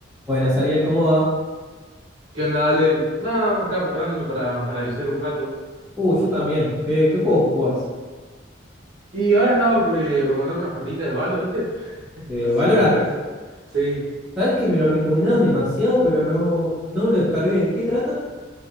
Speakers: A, in the centre; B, on the right.
A: Buenas, Ariel, ¿cómo va?
B: ¿Qué onda, Ale? Nada, acá preparándome para, para avisar un rato.
A: Uh, yo también. ¿Qué, qué juego jugás?
B: Y ahora estaba por, eh, por mandar unas partiditas de Valo, ¿viste? <laughs>
A: De
B: No sé
A: Valorant.
B: si conoces. Sí.
A: ¿Sabés que me lo recomendaron demasiado, pero no, no me lo descargué? ¿De qué trata?